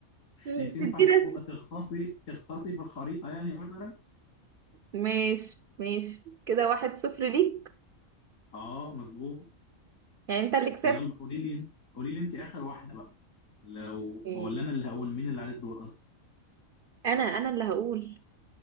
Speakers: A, on the right; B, on the left.
A: بس
B: يعني انت ينفع
A: دي
B: تخو...
A: رسم
B: تغطاسي تغطاسي في الخريطه يعني مثلا
A: ماشي ماشي كده واحد صفر ليك
B: اه مظبوط
A: يعني انت اللي كسبت
B: يلا قولي لي انت قولي لي انت اخر واحده بقى لو
A: مم.
B: ولا انا اللي هقول مين اللي عليه الدور اصلا
A: انا انا اللي هقول